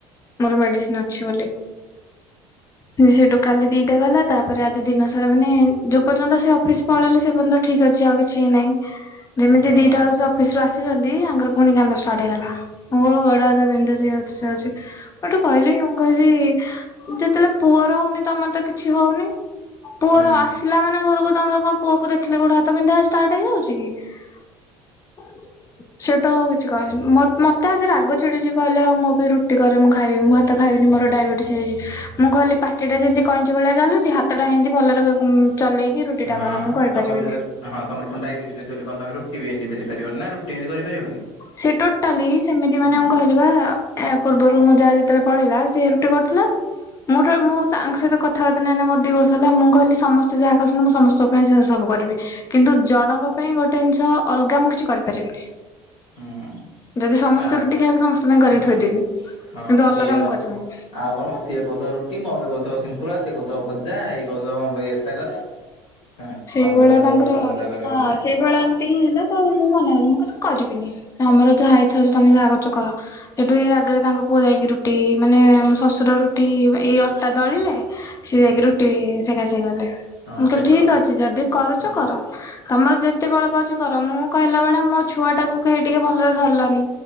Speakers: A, on the left; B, on the left.
A: ମୋର ମେଡିସିନ ଅଛି ବୋଲି ସେଠୁ କାଲି ଦିଟା ଗଲା ତାପରେ ଆଜି ଦିନ ସାରା ମାନେ ଯୋ ପର୍ଯ୍ୟନ୍ତ ସେ ଅଫିସ ପଳେଇଲେ ସେ ପର୍ଯ୍ୟନ୍ତ ଠିକ ଅଛି ଆଉ କିଛି ନାହିଁ। ଯେମିତି
B: ହଁ
A: ଦିଟା ବେଲୁ ସେ ଅଫିସ ରୁ ଦେଖୁଛନ୍ତି ୟାଙ୍କର ପୁଣି କାନ୍ଦ ଷ୍ଟାର୍ଟ ହେଇଗଲା ମୋ ଗୋଡ ହାତ ବିନ୍ଧୁଛି ଅଛି ସେ ଅଛି ମୁ ହେଟୁ କହିଲି ମୁଁ କହିଲି ଯେତେବେଳେ ପୁଅ ରହୁନି ତମର ତ କିଛି ହଉନି। ପୁଅର
B: ହୁଁ
A: ଆସିଲା ମାନେ ଘରକୁ ତମର କଣ ପୁଅକୁ ଦେଖିଲେ ଗୋଡ ହାତ ବିନ୍ଧା ଷ୍ଟାର୍ଟ ହେଇଯାଉଛି। <unintelligible> ସେଟୁ ଆଉ କିଛି କହିଲିନେ ମ ମତେ ଆଜି ରାଗ ଛିଡିଚି କହିଲେ ଆଉ ମୁଁ ବି ରୁଟି କରେ ମୁଁ ଖାଇବି ମୁଁ ହାତ ଖାଇବିନି ମୋର ଡାଇବେଟିସ ହେଇଛି ମୁଁ କହିଲି ପାଟିଟା ଯେମିତି କଇଁଚି ଭଳିଆ ଚାଲୁଛି ହାତଟା ହେମତି ଭଲରେ ଚଲେଇକି ରୁଟିଟା
B: ହଁ
A: କର ମୁଁ କରିପାରିବିନି
B: ତମ ହଁ ତମର କଣ ଡାଇବେଟିସି ଚି ବୋଲି କଣ ତମେ ରୁଟି ବି ଏତି ବେଲି ପାରିବନି ନା ରୁଟି ଏନ୍ତି କରିପାରିବନି।
A: ସେ ଟୋଟାଲି ସେମିତି ମାନେ
B: ହୁଁ
A: ମୁ କହିଲିବା ପୂର୍ବରୁ ମୁଁ ଯା ଯେତେବେଳେ ପଳେଇଲା ସେ ରୁଟି କରୁଥିଲା ମୁଁ ଟୋ ମୁଁ ତାଙ୍କ ସହିତ କଥାବାର୍ତ୍ତା ନାହିଁ ମୋର ଦି ବର୍ଷ ହେଲା ମୁଁ କହିଲି ସମସ୍ତେ ଯାହା କଛନ୍ତି ମୁଁ ସମସ୍ତଙ୍କ ପାଇଁ ସେ ସବୁ କରିବି କିନ୍ତୁ ଜଣଙ୍କ ପାଇଁ ଗୋଟେ ଜିନିଷ ଅଲଗା ମୁଁ କିଛି କରିପାରିବିନି।
B: ହୁଁ
A: ଯଦି ସମସ୍ତେ
B: ଆ
A: ରୁଟି ଖାଇବେ ସମସ୍ତଙ୍କ ପାଇଁ କରିକି
B: ହୁଁ
A: ଥୋଇଦେବି।
B: ହଁ
A: କିନ୍ତୁ ଅଲଗା
B: ସିଏ ନୁ
A: ମୁଁ କରିବିନି
B: ଆଉ କଣ ସିଏ କହୁଥିବ ରୁଟି ମମି କହୁଥିବ ସିନ୍ତୁଳା ଭଜା ଏଇ କଉଥିବ ଏତା କରେ ହଁ
A: ସେଇଭଳିଆ
B: ପନ୍ଦର ଜଣଙ୍କ
A: ତାଙ୍କର
B: ପାଇଁ ପନ୍ଦରଟା କରିବ
A: ହଁ
B: ବୋଧେ।
A: ସେଇଭଳିଆ ଏମିତି ହିଁ ହେଲା ତ ମୋ ମନା କଲି ମୁଁ କହିଲି ମୁ କ କରିବିନି ତମର ଯାହା ଇଚ୍ଛା ହଉଛି ତମ ଯାହା କରୁଚ କର ସେଠୁ ଇ ରାଗରେ ତାଙ୍କ ପୁଅ ଯାଇକି ରୁଟି ମାନେ ମୋ ଶ୍ୱଶୁର ରୁଟି ଏଇ ଅଟା ଦଳିଲେ ସିଏ ଯାଇକି
B: ହୁଁ
A: ରୁଟି ସେଖା ଶେଖୀ କଲେ
B: ହଁ
A: ମୁଁ
B: ସେକ
A: କହିଲି ଠିକ ଅ ଯଦି କରୁଚ
B: ହୁଁ
A: କର। ତମର ଯେତେ ବଳ ପାଉଚି କର ମୁଁ କହିଲା ବେଳେ ମୋ ଛୁଆ ଟାକୁ କେହି ଟିକେ ଭଲରେ ଧରିଲନି